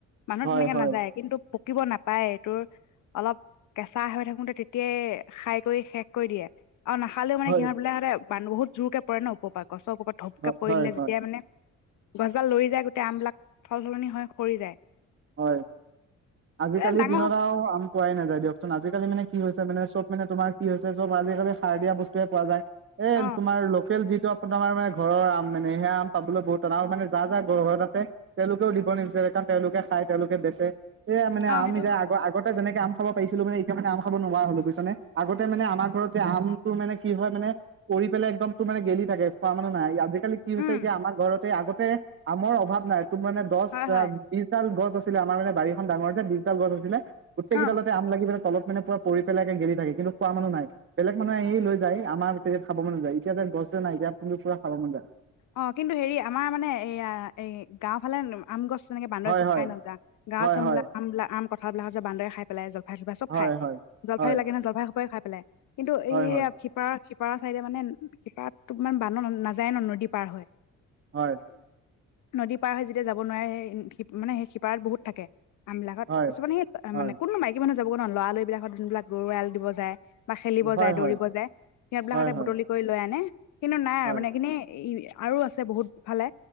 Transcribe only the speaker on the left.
মানুহ
তেনেকে
নাযায়ে কিন্তু পকিব নাপায়, এইটোৰ অলপ কেঁচা হৈ থাকোতে তে কে খাই কৰি শেষ কৰি দিয়ে। আৰু নাখালেও মে
সিহঁত সহতে বান বহুত জোৰকে পৰে ন উপপৰা গছৰ ওপৰত ধপকে
পৰিলে,
যেতিয়া মানে গছডাল লৰি যায়, গোটেই আমবিলাক থল সলনি হৈ সৰি যায়।
এ ডাঙৰ
অ
অ
সেইটো
হয়
উম
হয় হয়
অ
অঁ কিন্তু হেৰি আমাৰ মানে এয়া এই গাও ফালে আম গছ তেনেকে বান্দৰ
চব
খাই নগা, গাৱ
চমবা
আমলা আম কথাবিলা হৈছে বান্দৰে খাইেলাই, যাব জা <unintelligible> চব
খাই,
জলাই
লাগে নহয়, জলফাই সবে খায় েল <unintelligible> কিন্তু
এই শিপাৰ সিপাৰৰ চাইদে মানে সিপাৰ তোক মানে বান নাযায় ন নদী পাৰ হয়
নদী পাৰ হয় যেতিয়া যাব নোৱাৰে সেই মানে সেই সিপাৰত বহুত থাকে আমবিলাকত
কিছুমানে
মানে কোনো মাইকী মানুহ যাবগৈ নন লৰালৰি বিলাকত যোনবিলাক গৰু এৰাল দিব যায় বা খেলিব
যায়
দৌৰিব যায় সিহঁতবলাক
সতে
বুটলি কৰি লৈ আনে কিন্তু নাই
আৰু মানে এইখিনি ই আৰু আছে বহুত ফালে